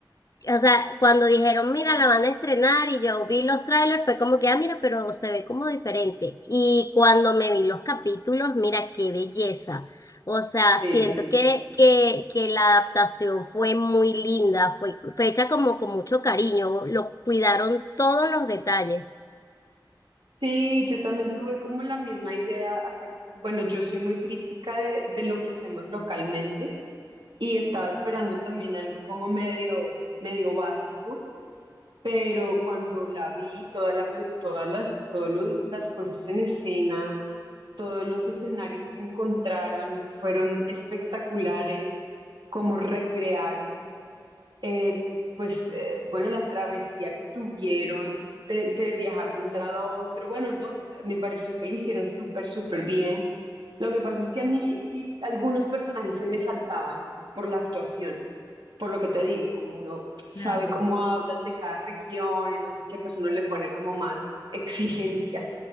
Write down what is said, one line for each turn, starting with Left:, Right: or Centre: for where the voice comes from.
Left: O sea, cuando dijeron, mira, la van a estrenar y yo vi los trailers, fue como que, ah, mira, pero se ve como diferente. Y cuando me vi los capítulos, mira, qué belleza. O sea,
Right: Eh,
Left: siento que, que, que la adaptación fue muy linda, fue, fue hecha como con mucho cariño, lo cuidaron todos los detalles.
Right: sí, yo también tuve como la misma idea acá. Bueno, yo soy muy crítica de, de lo que hacemos localmente y estaba esperando también algo como medio, medio básico, pero cuando la vi, toda la, pro- todas las, todos los- las puestas en escena, todos los escenarios que encontraron fueron espectaculares, como recrearon. Eh, pues eh, bueno, la travesía que tuvieron de, de viajar de un lado a otro, bueno, no, me pareció que lo hicieron súper, súper bien. Lo que pasa es que a mí sí, algunos personajes se me saltaban por la actuación, por lo que te digo, como uno sabe
Left: Claro.
Right: cómo hablan de cada región y no sé qué, pues uno le pone como más exigencia,